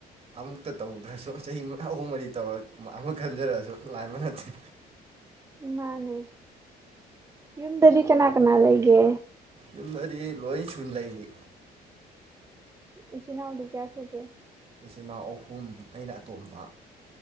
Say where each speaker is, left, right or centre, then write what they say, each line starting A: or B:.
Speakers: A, on the right; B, on the right.
A: ꯑꯃꯨꯛꯇ ꯇꯧꯗ꯭ꯔꯁꯨ ꯆꯍꯤ ꯑꯍꯨꯝ ꯃꯔꯤ ꯇꯧꯔ ꯑꯃ ꯈꯟꯖꯔꯛꯁꯨ ꯂꯥꯏꯃ ꯅꯠꯇꯦ
B: ꯃꯥꯟꯅꯦ ꯌꯨꯝꯗꯗꯤ ꯀꯅꯥ ꯀꯅꯥ ꯂꯩꯒꯦ
A: ꯌꯨꯝꯗꯗꯤ ꯂꯣꯏ ꯁꯨꯅ ꯂꯩꯔꯤ
B: ꯏꯆꯤꯟꯅꯥꯎꯗꯤ ꯀꯌꯥ ꯁꯨꯒꯦ
A: ꯏꯆꯤꯟꯅꯥꯎ ꯑꯍꯨꯝ ꯑꯩꯅ ꯑꯇꯣꯝꯕ